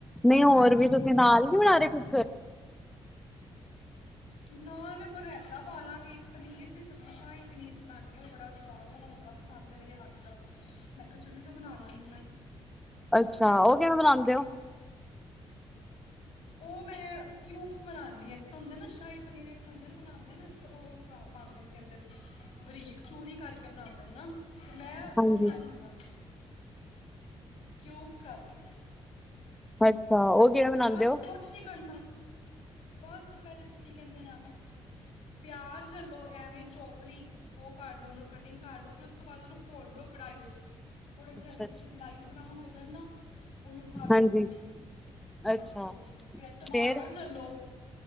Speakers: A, in the centre; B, on the left.
A: ਨਹੀਂ ਹੋਰ ਵੀ ਤੁਸੀਂ
B: ਹੈਨਾ
A: ਨਾਲ ਹੀ ਬਣਾ ਰਹੇ ਕੁਛ
B: ਨਾਲ ਮੈਂ ਵੇਖੋ ਰਇਤਾ ਪਾ ਲਾਂਗੇ ਇੱਕ ਪਨੀਰ ਦੀ ਸਬਜ਼ੀ ਸ਼ਾਹੀ ਪਨੀਰ ਬਣਾਦੀ ਹਾਂ ਮੈਂ ਬੜਾ ਸਵਾਦ ਉਹਨਾਂ ਨੂੰ ਬੜਾ ਪਸੰਦ ਹੈ ਮੇਰੇ ਹੱਥ ਦਾ। ਮੈਂ ਕਿਹਾ ਚਲੋ ਬਣਾ ਲਵਾਂਗੀ ਮੈਂ
A: ਅੱਛਾ ਉਹ ਕਿਵੇਂ
B: ਹਾਂਜੀ
A: ਬਣਾਦੇ ਹੋ।
B: ਉਹ ਮੈਂ ਕਿਊਬਸ ਬਣਾਉਂਦੀ ਹਾਂ ਇੱਕ ਤਾਂ ਹੁੰਦੇ ਨਾ ਸ਼ਾਹੀ ਪਨੀਰ ਇੱਕ ਹੁੰਦੇ ਬਣਾਉਂਦੇ ਨੇ ਉਹ ਪਾਉਂਦੇ ਨੇ ਕੀਦੇ ਨੇ ਬਰੀਕ ਚੂਰੀ ਕਰਕੇ ਬਣਾਉਂਦੇ ਨੇ ਨਾ ਤੇ ਮੈਂ ਉਹ
A: ਹਾਂਜੀ,
B: ਬਣਾਣੀ ਆ। ਕਿਊਬਸ ਕਰਕੇ
A: ਅੱਛਾ। ਉਹ ਕਿਵੇਂ ਬਣਾਂਦੇ
B: ਬਸ
A: ਓ?
B: ਕੁਛ ਨੀ ਕਰਨਾ। ਬਸ ਪਹਿਲੇ ਤੁਸੀਂ ਕਹਿੰਦੇ ਨਾ ਪਿਆਜ ਲੈ ਲਓ ਐਵੇਂ ਚੋਪਲੀ ਉਹ ਕਰ ਲਓ ਉਹਨੂੰ ਕਟਿੰਗ ਕਰ ਲਓ ਫਿਰ ਉਸ ਤੋਂ ਬਾਅਦ ਉਸਨੂੰ ਭੁੰਨ ਲਓ ਕੜਾਹੀ ਵਿੱਚ। ਥੋੜੇ ਜਹੇ
A: ਅੱਛਾ-ਅੱਛਾ,
B: ਹਲਕੇ ਸੇ‌ ਲਾਈਟ ਬਰਾਊਨ ਹੋ ਜਾਨ ਨਾ ਉਹਨੂੰ ਕੱਢ
A: ਹਾਂਜੀ,
B: ਲਓ
A: ਅੱਛਾ
B: ਤੇ ਫਿਰ ਟਮਾਟਰ
A: ਫੇਰ
B: ਲੈ ਲਉ